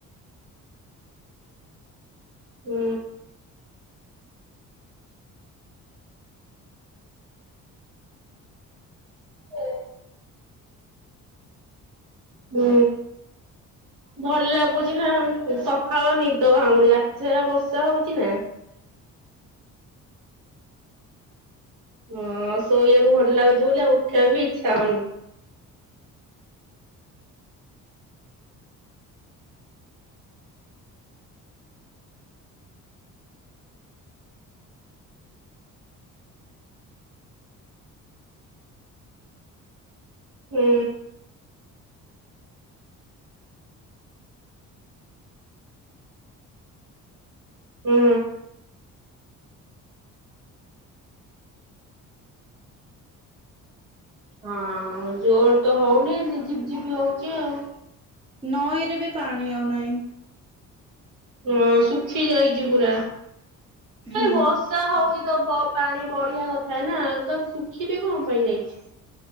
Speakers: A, on the right; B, on the right.
A: ହୁଁ। ହଁ। ହୁଁ। ଭଲ ଲାଗୁଚି ନା ସକାଳ ନିଦ ଭାଙ୍ଗୁନା ରାତି ସାରା ବର୍ଷା ହୋଉଚି ନା। ହଁ ଶୋଇବାକୁ ଭଲ ଲାଗୁଚି ବୋଲି ଆଉ ଉଠାଇବା ବି ଇଚ୍ଛା ହୋଉନି। ହୁଁ। ହୁଁ ହଁ ଆ ଜୋର ତ ହୋଉନି ଝିପିଝିପି ହୋଉଚି ଆଉ।
B: ନଈ ରେ ବି ପାଣି ଆଉନାହିଁ।
A: ହଁ ଶୁଖି ଯାଇଛି ପୁରା,
B: ହୁଁ।
A: ବର୍ଷା ହୋଉ ତ ପାଣି ବଢିଆ କଥା ନା ତ ଶୁଖିବେ କଣ ପାଇଁ ଯାଇଚି?